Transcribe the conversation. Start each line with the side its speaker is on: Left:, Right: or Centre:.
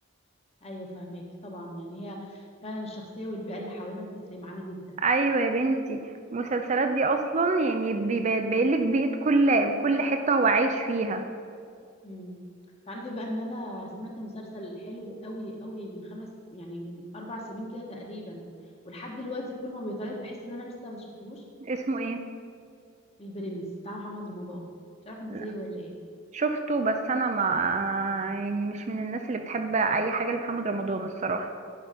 Left: ايوه فهماك طبعا يعني هي فعلا الشخصيه والبيئه اللي حوالينا بتفرق معانا جدا
Right: ايوه يا بنتي المسلسلات دي اصلا يعني بيبين لك بيئه كل كل حته هو عايش فيها
Left: مم. تعرفي بقى ان انا سمعت مسلسل حلو قوي قوي من خمس يعني من اربع سنين كده تقريبا ولحد دلوقتي كل ما بيتعرض بحس ان انا لسه ما شفتهوش
Right: اسمه ايه
Left: البرنس بتاع محمد رمضان مش عارفه انت
Right: لا،
Left: زيي ولا ايه
Right: شفته بس انا ما يعني مش من الناس اللي بتحب اي حاجه لمحمد رمضان الصراحه